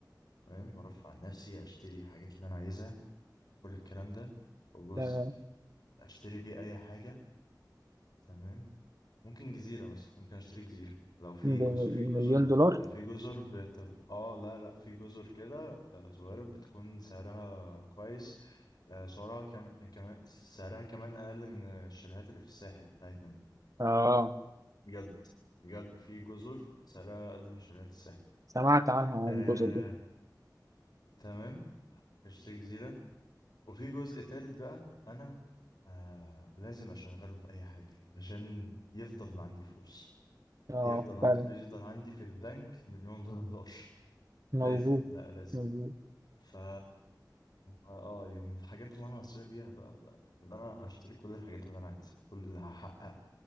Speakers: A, on the left; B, on the right.
A: تمام هرفع عن نفسي اشتري الحاجات اللي انا عايزها وكل الكلام ده وجزء
B: تمام
A: اشتري بيه اي حاجة تمام ممكن جزيرة مثلا ممكن اشتري جزيرة لو في
B: ده
A: جزر
B: م-
A: في جزر
B: مليون
A: بت...
B: دولار؟
A: في جزر بتبقى اه لا لا في جزر كده آه، صغيرة بتكون سعرها كويس آه، سعرها كمان كمان سعرها كمان أقل من الشاليهات اللي في الساحل بتاعتنا
B: اه
A: بجد بجد في جزر سعرها أقل من شاليهات الساحل
B: سمعت عنها
A: آه...
B: عن الجزر دي
A: تمام اشتري جزيرة وفي جزء تالت بقى أنا آه... لازم أشغله في أي حاجة عشان يفضل ما عندي فلوس
B: اه
A: يفضل عندي
B: فعلا
A: فلوس يفضل عندي في البنك مليون دولار
B: مظبوط
A: لازم لا لازم
B: مظبوط
A: فا اه يعني من الحاجات اللي انا هصير بيها بقى ده, ده انا هشتري كل الحاجات اللي انا عايزها كل اللي هحقق